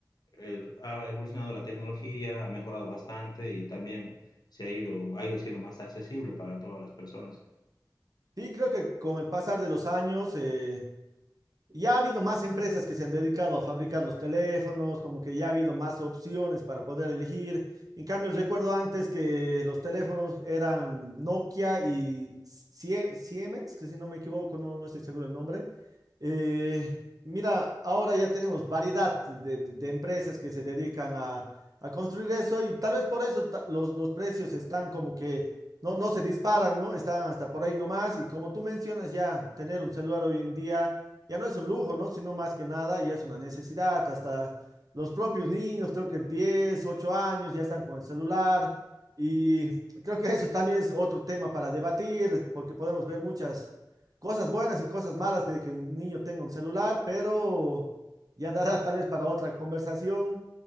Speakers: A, on the left; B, on the right.
A: eh, ha evolucionado la tecnología, ha mejorado bastante y también se ha ido, ha ido siendo más accesible para todas las personas.
B: Y creo que con el pasar de los años, eh, Ya ha habido más empresas que se han dedicado a fabricar los teléfonos, como que ya ha habido más opciones para poder elegir. En cambio, recuerdo antes que los teléfonos eran Nokia y Sie- Siemens, que si no me equivoco, no, no estoy seguro el nombre. Eh, mira, ahora ya tenemos variedad de, de- de empresas que se dedican a, a construir eso y tal vez por eso ta- los, los precios están como que no, no se disparan, ¿no? Están hasta por ahí nomás y como tú mencionas ya, tener un celular hoy en día ya no es un lujo, ¿no? Sino más que nada ya es una necesidad. Hasta los propios niños, creo que 10, 8 años, ya están con el celular. Y creo que eso también es otro tema para debatir, porque podemos ver muchas cosas buenas y cosas malas de que un niño tenga un celular, pero ya dará tal vez para otra conversación.